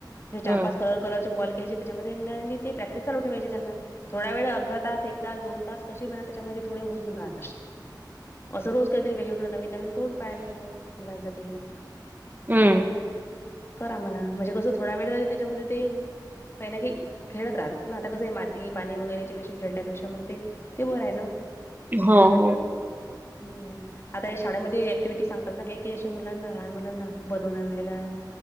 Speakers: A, on the left; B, on the right.
A: हे चार
B: हम्म
A: पाच कलर कलरचे बॉल घ्यायचे त्याच्यामध्ये ते प्रॅक्टिस चालू ठेवायचे त्यांना थोड्या वेळ अर्धा तास एक तास दोन तास कशी म्हणत त्याच्यामध्ये थोडे उजून राहतात असं रोज काहीतरी वेगवेगळं नवीन नवीन करून पाहायचं मुलांसाठी
B: हम्म
A: करा म्हणा म्हणजे कसं थोडा वेळ झा त्याच्यामध्ये ते काही ना काही खेळत राहतात ना आता कसं आहे माती पाणी वगैरेच्या पेक्षा खेळल्यापेक्षा मग ते ते बरं आहे ना
B: हो हो
A: हम्म... आता शाळेमध्ये ऍक्टिव्हटी सांगतात ना काही की अशे मुलांना लहान मुलांना बनवून आणायला....